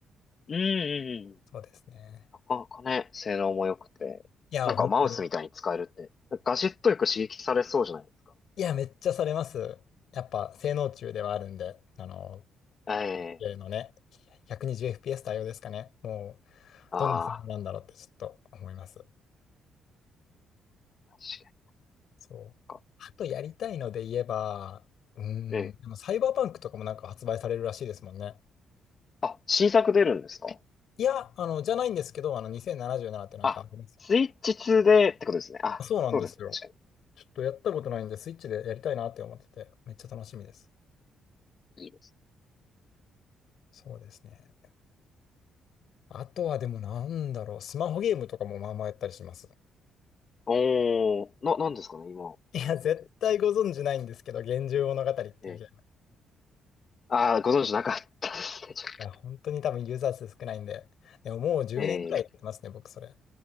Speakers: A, on the left; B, on the left.
A: うんうんうん
B: そうですね。
A: なかなかね、性能も良くて、
B: いや、
A: なんかマウスみたいに使えるって、
B: 本当に。
A: なんかガジェットよく刺激されそうじゃないですか。
B: いや、めっちゃされます。やっぱ性能中ではあるんで、あの、
A: ええ
B: ゲームのね、120fps 対応ですかね。も
A: ああ、
B: う、どんな性能なんだろうってちょっと思います。
A: 確かに
B: そう。
A: か。
B: あとやりたいので言えば、うーん。
A: ええ
B: でもサイバーパンクとかもなんか発売されるらしいですもんね。
A: あ、新作出るんですか
B: いや、あの、じゃないんですけど、あの、2077ってなんかあります。
A: あ、スイッチ2でってことですね。あ、
B: あそうなんですよ。
A: そうですね、確か
B: ちょっとやったことないんで、スイッチでやりたいなって思ってて、めっちゃ楽しみです。
A: に。いいです。
B: そうですね。あとはでもなんだろう、スマホゲームとかもまあまあやったりします。
A: おー、な、なんですかね、今、
B: いや、
A: ありがとう。
B: 絶対ご存知ないんですけど、幻獣物語っていうゲーム。
A: ええ
B: い
A: ああ、ご存知なかったですね。ちょっ
B: や、本当に多分ユーザー数少ないんで、でももう10年ぐらいやってますね、
A: とええ
B: 僕それ。